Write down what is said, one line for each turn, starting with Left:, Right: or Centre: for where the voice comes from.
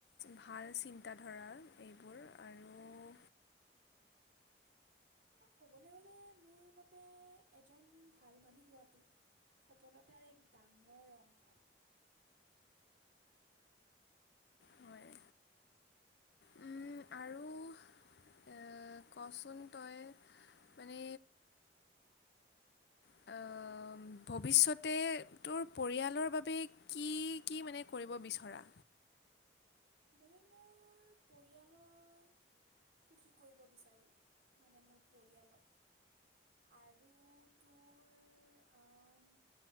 Left: ভাল চিন্তাধাৰা এইবোৰ আৰু।
Right: ক'বলৈ গ'লে মোৰ মতে এজন ভাল মানুহ হোৱাটো সফলতাৰ এক ডাঙৰ অংশ।
Left: হয়। উম, আৰু এ, কচোন তই, মানে আ,
Right: হা?
Left: ভৱিষ্যতে তোৰ পৰিয়ালৰ বাবে কি - কি মানে কৰিব বিচৰা?
Right: মই মোৰ পৰিয়ালৰ- সুখী কৰিব বিচাৰোঁ। মানে মোৰ পৰিয়ালক। আৰু তোৰ- আম-